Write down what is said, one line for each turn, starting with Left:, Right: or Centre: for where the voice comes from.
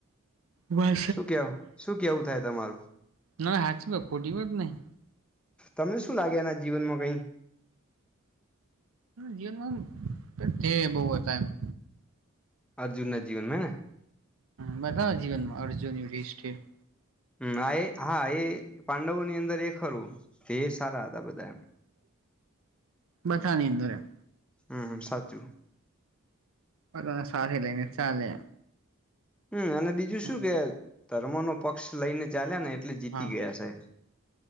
Right: વા
Centre: કેવ શું કેવું થાય તમારું
Right: ના હાચીમાં ખોટી વા જ નહી-
Centre: તમને શું લાગે એના જીવનમાં કઈ-
Right: જીવનમાં બહ હતા એમ-
Centre: અર્જુનના જીવનમાં ને-
Right: હ બધાને જીવન માં અર્જુનિષઠિર-
Centre: હમ આ હા એ- પાંડવો ની અંદર એ ખરું તે સારા હતા બધા એમ-
Right: બધાની અંદર એમ
Centre: હ સાચું
Right: બને સાથે લઈ ને ચાલે-
Centre: હમ અને બીજું શું
Right: એમ
Centre: કે ધર્મ નો પક્ષ લઈને ચાલ્યા ને- એટલે જીતી
Right: હા
Centre: ગયા સાહેબ